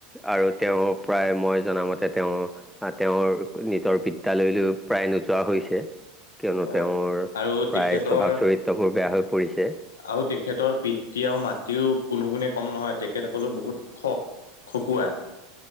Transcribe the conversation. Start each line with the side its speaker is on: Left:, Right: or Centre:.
Centre: আৰু তেওঁ প্ৰায় মই জনামতে তেওঁ তেওঁৰ নিজৰ বিদ্যালয়লৈ প্ৰায় নোযোৱা হৈছে কিয়নো
Left: হয়
Centre: তেওঁৰ
Left: আৰু তেখেতৰ
Centre: প্ৰায় স্বভাৱ চৰিত্ৰবোৰ বেয়া হৈ পৰিছে
Left: আৰু তেখেতৰ পিতৃ আৰু মাতৃও কোনো গুণে কম নহয় তেখেতসকললেও বহুত খ খকুৱা।